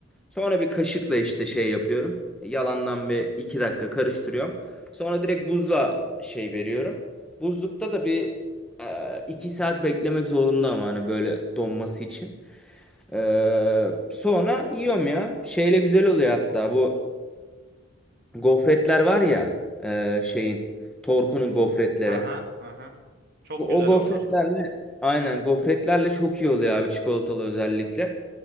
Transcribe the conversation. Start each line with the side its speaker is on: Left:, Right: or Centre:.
Centre: Sonra bir kaşıkla işte şey yapıyorum. Yalandan bir iki dakika karıştırıyorum. Sonra direkt buzla şey veriyorum. Buzlukta da bir e, iki saat beklemek zorunda ama hani böyle donması için. E, sonra yiyorum ya. Şeyle güzel oluyor hatta bu gofretler var ya e, şeyin Torku'nun gofretleri.
Right: Hı hı hı. hı. Çok
Centre: O
Right: güzel
Centre: gofretlerle
Right: onlar.
Centre: aynen gofretlerle çok iyi oluyor abi çikolatalı özellikle.